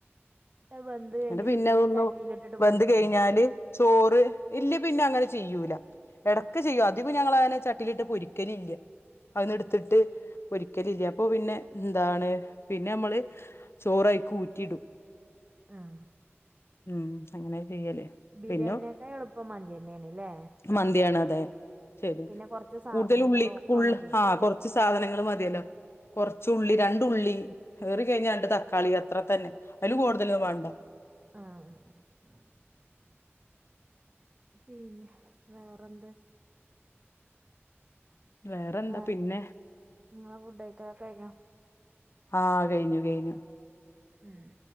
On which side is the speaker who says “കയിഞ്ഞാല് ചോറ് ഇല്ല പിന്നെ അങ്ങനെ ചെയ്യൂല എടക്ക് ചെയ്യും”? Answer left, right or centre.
Left